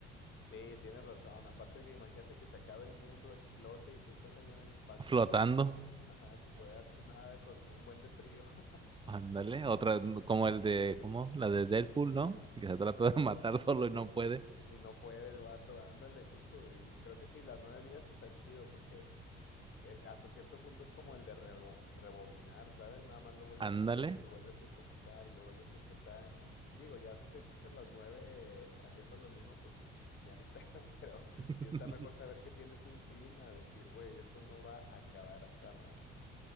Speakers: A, on the left (about 35°); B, on the right (about 15°).
A: sí, tienes razón. Aparte que imagínate que se acabe el mundo, explote y tú estás ahí en el espacio
B: Flotando,
A: flotando. Ajá, sin poder hacer nada con un buen de frío. <laughs>
B: ándale, otra como el de, ¿cómo? La de Deadpool, ¿no? Que se trata
A: Ah,
B: de <laughs> matar solo y no puede.
A: Y no puede el vato, ándale, justo, güey. Y creo que sí, las nueve vidas está chido porque eh, hasta cierto punto es como el de rebo- rebobinar, ¿sabes? Nada más lo vuelves
B: Ándale.
A: a hacer y lo vuelves a intentar y lo vuelves a intentar. Digo, ya si te echas las nueve eh, haciendo lo mismo, pues ya ni <laughs> pedo, pero
B: <laughs>
A: sí está mejor saber que tienes un fin a decir, güey, esto no va a acabar jamás.